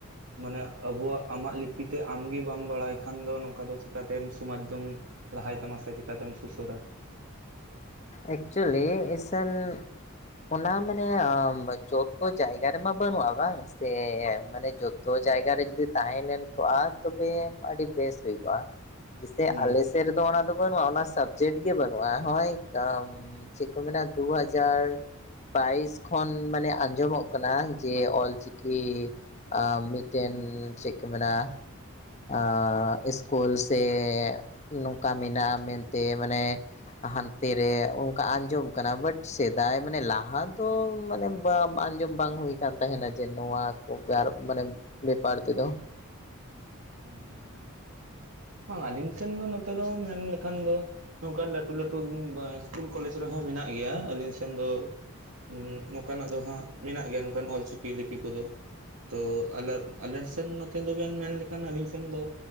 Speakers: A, on the right; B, on the left.
A: ᱢᱟᱱᱮ ᱟᱵᱚᱣᱟᱜ ᱟᱢᱟᱜ ᱞᱤᱯᱤᱛᱮ ᱟᱢᱜᱮ ᱵᱟᱢ ᱵᱟᱲᱟᱭ ᱠᱷᱟᱱ ᱫᱚ ᱱᱚᱝᱠᱟ ᱫᱚ ᱪᱮᱯᱠᱟᱛᱮᱢ ᱥᱚᱢᱟᱡᱽ ᱫᱚᱢ ᱞᱟᱦᱟᱭ ᱛᱟᱢᱟ ᱥᱮ ᱪᱤᱠᱟᱛᱮᱢ ᱥᱩᱥᱟᱹᱨᱟ?
B: ᱮᱠᱪᱩᱭᱮᱞᱤ ᱮᱥᱟᱱ ᱚᱱᱟ ᱢᱟᱱᱮ ᱡᱚᱛᱚ ᱡᱟᱭᱜᱟ ᱨᱮᱢᱟ ᱵᱟᱹᱱᱩᱜᱼᱟ ᱵᱟᱝ ᱥᱮ ᱢᱟᱱᱮ ᱡᱚ ᱛᱚ ᱡᱟᱭᱜᱟ ᱨᱮ ᱡᱩᱫᱤ ᱛᱟᱦᱮᱸ ᱞᱮᱱ ᱠᱚᱜᱼᱟ ᱛᱚᱵᱮ ᱟᱹᱰᱤ ᱵᱮᱥ ᱦᱩᱭ ᱠᱚᱜᱼᱟ᱾ ᱡᱮᱥᱮ
A: ᱦᱩᱸ
B: ᱟᱞᱮᱥᱮᱫ ᱨᱮᱫᱚ ᱚᱱᱟ ᱫᱚ ᱵᱟᱹᱱᱩᱜᱼᱟ ᱚᱱᱟ ᱥᱟᱵᱽᱡᱮᱠᱴ ᱜᱮ ᱵᱟᱹᱱᱩᱜᱼᱟ, ᱦᱚᱸᱜᱼᱚᱭ ᱠᱟᱢ ᱪᱮᱫ ᱠᱚ ᱢᱮᱱᱟ ᱫᱩ ᱦᱟᱡᱟᱨ ᱵᱟᱭᱤᱥ ᱠᱷᱚᱱ ᱢᱟᱱᱮ ᱟᱸᱡᱚᱢᱚᱜ ᱠᱟᱱᱟ ᱡᱮ ᱚᱞᱪᱤᱠᱤ ᱟ ᱢᱤᱫᱴᱟᱝ ᱪᱮᱫ ᱠᱚ ᱢᱮᱱᱟ ᱟ ᱤᱥᱠᱩᱞ ᱥᱮ ᱱᱚᱝᱠᱟ ᱢᱮᱱᱟᱜᱼᱟ ᱢᱮᱱᱛᱮ ᱢᱟᱱᱮ ᱦᱟᱸᱱᱛᱮ ᱨᱮ ᱚᱱᱠᱟ ᱟᱸᱡᱚᱢ ᱠᱟᱱᱟ ᱵᱟᱴ ᱥᱮᱫᱟᱭ ᱢᱟᱱᱮ ᱞᱟᱦᱟ ᱫᱚ ᱢᱟᱱᱮ <unintelligible> ᱟᱸᱡᱚᱢ ᱵᱟᱝ ᱦᱩᱭ ᱠᱟᱱ ᱛᱟᱦᱮᱸᱱᱟ ᱡᱮ ᱱᱚᱣᱟ ᱠᱚ ᱢᱟᱱᱮ ᱵᱮᱯᱟᱨ ᱛᱮᱫᱚ᱾
A: ᱦᱩᱸ᱾ ᱵᱟᱝ ᱟᱞᱤᱧ ᱥᱮᱱ ᱫᱚ ᱱᱚᱛᱮ ᱫᱚ ᱢᱮᱱ ᱞᱮᱠᱷᱟᱱ ᱫᱚ ᱱᱚᱝᱠᱟᱱ ᱞᱟᱹᱴᱩ ᱞᱟᱹᱴᱩ ᱤᱥᱠᱩᱞ ᱠᱚᱞᱮᱡᱽ ᱨᱮᱦᱚᱸ ᱢᱮᱱᱟᱜ ᱜᱮᱭᱟ ᱟᱹᱞᱤᱧ ᱥᱮᱱ ᱫᱚ ᱩᱸ ᱱᱚᱝᱠᱟᱱᱟᱜ ᱫᱚ ᱦᱟᱸᱜ ᱢᱮᱱᱟᱜ ᱜᱮᱭᱟ ᱱᱚᱝᱠᱟᱱ ᱚᱞᱪᱤᱠᱤ ᱞᱤᱯᱤ ᱠᱚᱫᱚ᱾ ᱛᱚ ᱟᱞᱟᱞ ᱟᱞᱮᱱ ᱥᱮᱱ ᱱᱚᱛᱮ ᱫᱚᱵᱱ ᱢᱮᱱ ᱞᱮᱠᱷᱟᱱ ᱟᱞᱤᱧ ᱥᱮᱱ ᱫᱚ